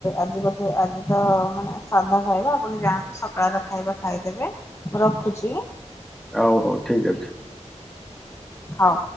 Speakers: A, on the left; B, in the centre.
A: ଆଜି ଆଜି ତ ମାନେ ସାଧା ଖାଇବା ଆପଣ ଯାଆନ୍ତୁ, ସକାଳର ଖାଇବା ଖାଇଦେବେ ମୁ ରଖୁଛି।
B: ହଉ ହଉ ଠିକ ଅଛି।
A: ହଁ